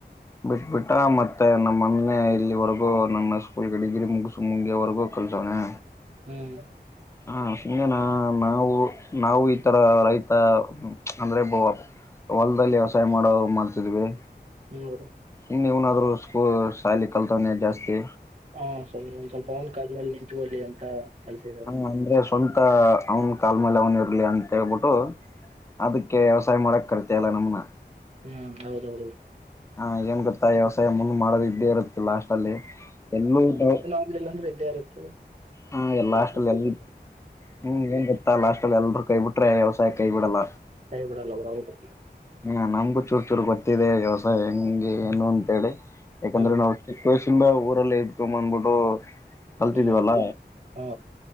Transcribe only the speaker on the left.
ಬಿಟ್ಬಿಟ್ಟ ಮತ್ತೆ ನಮ್ಮ ಅಣ್ಣನೆ ಇಲ್ಲಿವರೆಗೂ ನನ್ನ ಸ್ಕೂಲ್ಗೆ ಡಿಗ್ರಿ ಮುಗಸು ಮುಗಿಯವರೆಗೂ. ಕಲ್ದವ್ನೆ.
ಹಾ ಸುಮ್ನೆ ನಾ ನಾವು ನಾವು ಈತರ ರೈತ ಅಂದ್ರೆ ಬೋ ಹೊಲದಲ್ಲಿ ವ್ಯವಸಾಯ ಮಾಡೋದ್ ಮಾಡ್ತಿದ್ವಿ.
ಇನ್ನು ಇವನಾದ್ರು ಸ್ಕೂ ಶಾಲಿ ಕಲ್ತಾನೆ ಜಾಸ್ತಿ.
ಅಂದ್ರೆ ಸ್ವಂತ ಅವನ್ ಕಾಲ ಮೇಲೆ ಅವನ ಇರ್ಲಿ ಅಂತ ಹೇಳ್ಬಿಟ್ಟು. ಅದಕ್ಕೆ ವ್ಯವಸಾಯ ಮಾಡಕ್ ಕರ್ತಲ್ಲ ನಮ್ನ.
ಹ ಏನ್ ಗೊತ್ತಾ ವ್ಯವಸಾಯ ಮುಂದ್ ಮಾಡೋದ ಇದ್ದೇ ಇರುತ್ತೆ ಲಾಸ್ಟ್ ಅಲ್ಲಿ ಎಲ್ಲೂ ಗ.
ಹಾ ಎಲ್ಲಾ
ಅಷ್ಟಲ್ಲಿ
ಎಲ್ಲಿ ಹ್ಮ್ ಏನ್ ಗೋ ತ್ತ ಲಾಸ್ಟ್ ಅಲ್ಲಿ ಎಲ್ರೂ ಕೈ ಬಿಟ್ರೆ ವ್ಯವಸಾಯ ಕೈ ಬಿಡಲ್ಲ.
ಹ್ಮ ನಮ್ಗೂ ಚೂರು ಚೂರ್ ಗೊತ್ತಿದೆ ವ್ಯವಸಾಯ ಹೆಂಗೆ ಏನು ಅಂತೇಳಿ ಯಾಕಂದ್ರೆ
ನಾವು. ಚಿಕ್ ವಯಸ್ಸಿಂದ ಊರಲ್ಲಿ ಇದ್ಕೊಂದ್ ಬಂದ್ಬಿಟ್ಟು. ಕಲ್ತಿದೀವಲ್ಲ